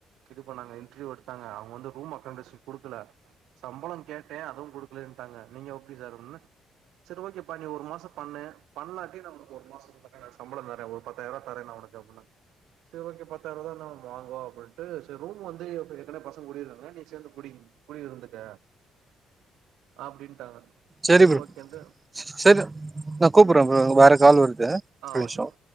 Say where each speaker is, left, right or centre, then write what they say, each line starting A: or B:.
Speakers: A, on the right; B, on the right.
A: இது பண்ணாங்க இன்டர்வியூ எடுத்தாங்க அவங்க வந்து ரூம் அகாமடேஷன் குடுக்கல சம்ளொ கேட்டே அதுவு குடுக்லன்டாங்க நீங்க எப்படி சார் னொனே செரி ஓகே பா நீ ஒரு மாச பண்ணு பண்ணாட்டியு நா உனக்கு ஒரு மாசொ சம்பளொ தரே ஒரு பத்தாயிரம் தரே உனக் த ப்பனா செரி ஓகே பத்தாயிரம் ரூபான நம வாங்குவோ அப்டின்ட்டு செரி ரூம் வந்து ஏர்க்னவே பசங்க கூடியிர்றாங்க நீ சேர்ந்து குடி குடி இருந்துக்க அப்டின்ட்டாங்க
B: செரி
A: சரி
B: ப்ரோ
A: ஓகேன்ட்டு
B: செரி நா கூப்புர்ரெ ப்ரோ வேற கால் வருது
A: ஆ
B: ஒரு நிமிஷோ
A: ஓகே ஃப்ரோ